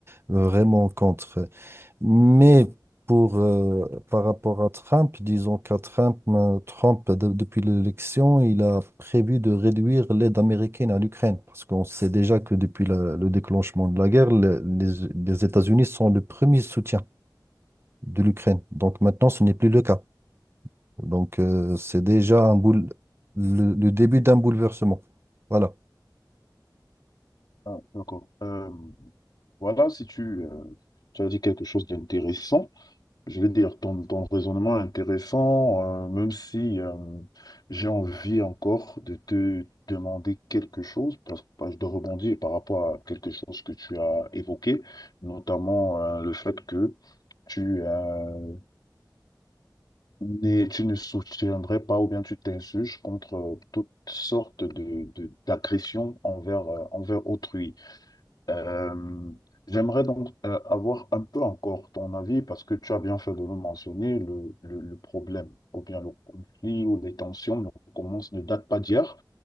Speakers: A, on the right; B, on the left.
A: vraiment contre. Mais pour, euh, par rapport à Trump, disons qu'à Trump, euh, Trump, euh, de- depuis l'élection, il a prévu de réduire l'aide américaine à l'Ukraine. Parce qu'on sait déjà que depuis la- le déclenchement de la guerre, le- les, les États-Unis sont le premier soutien de l'Ukraine. Donc maintenant, ce n'est plus le cas. Donc euh, c'est déjà un boule- le, le début d'un bouleversement. Voilà.
B: Ah, d'accord. Euh, voilà, si tu, euh, tu as dit quelque chose d'intéressant. Je vais dire, ton, ton raisonnement est intéressant, euh, même si euh, j'ai envie encore de te demander quelque chose, parce que de rebondir par rapport à quelque chose que tu as évoqué, notamment euh, le fait que tu, euh, n'es- tu ne soutiendrais pas ou bien tu t'insurges contre euh, toutes sortes de, de- d'agressions envers, euh, envers autrui. Euh, j'aimerais donc euh, avoir un peu encore ton avis parce que tu as bien fait de le mentionner, le, le- le problème ou bien le conflit ou les tensions ne commencent, ne datent pas d'hier.